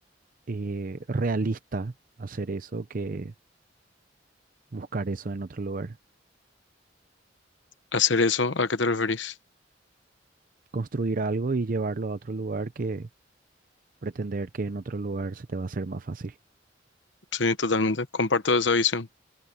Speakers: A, on the right; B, on the left.
A: eh, realista hacer eso que buscar eso en otro lugar.
B: ¿Hacer eso? ¿A qué te referís?
A: Construir algo y llevarlo a otro lugar que pretender que en otro lugar se te va a hacer más fácil.
B: Sí, totalmente. Comparto esa visión.